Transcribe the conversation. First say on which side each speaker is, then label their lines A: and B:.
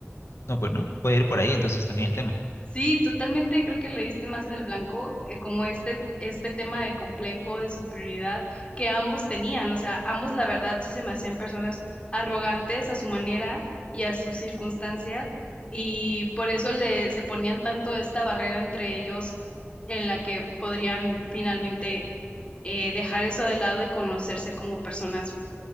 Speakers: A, on the left; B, on the left.
A: no, pues no, puede ir por ahí entonces también el tema.
B: Sí, totalmente creo que le diste más en el blanco, eh, como este, este tema de complejo, de superioridad que ambos tenían. O sea, ambos la verdad sí se me hacían personas arrogantes a su manera y a su circunstancia, y por eso le, se ponían tanto esta barrera entre ellos en la que podrían finalmente eh, dejar eso de lado y conocerse como personas